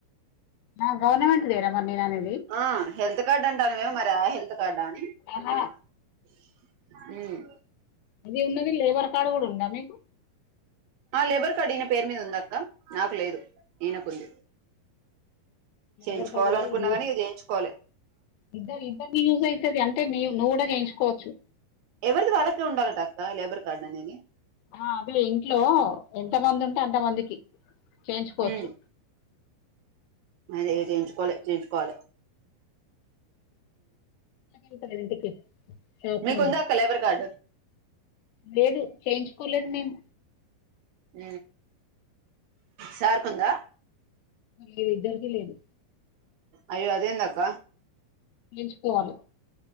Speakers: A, on the left; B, on the right.
A: నా గవర్నమెంట్ దేరామ్ మొన్ నేననేది
B: ఆ హెల్త్ కార్డ్ అంటానువే మరి ఆ హెల్త్ కార్డు ఆ అని
A: ఎహా
B: <inaudible> ఉమ్
A: అది ఉన్నది లేబర్ కార్డు కూడా ఉందా మీకు
B: ఆ లేబర్ కార్డ్ ఈయన పేరు మీద ఉందక్క నాకు లేదు ఈయనకుంది
A: లేబర్
B: చేయించుకోవాలనుకున్నా
A: కార్డు కూడా యూత్
B: కానీ ఇగ చేయించుకోలే
A: ఇద్దరు ఇద్దరిని యూజ్ అయితది అంటే నీ నువ్ కూడా చేయించుకోవచ్చు
B: ఎవరిది వాళ్ళకే ఉండాలట అక్క లేబర్ కార్డ్ అనేది
A: ఆ అదే ఇంట్లో ఎంతమందుంటే అంత మందికి చేయించుకోవచ్చు
B: ఉమ్ అదే ఇగ చేయించుకోవాలే చేయించుకోవాలే
A: వస్తది ఇంటికి షాప్
B: మీకుందా
A: నుండి
B: అక్క లేబర్ కార్డు
A: లేదు చేయించుకోలేదు మేమ్
B: హు సార్కుందా
A: లేద్ ఇద్దరికీ లేదు
B: అయ్యో అదేందక్క
A: ఎంచుకోవాలి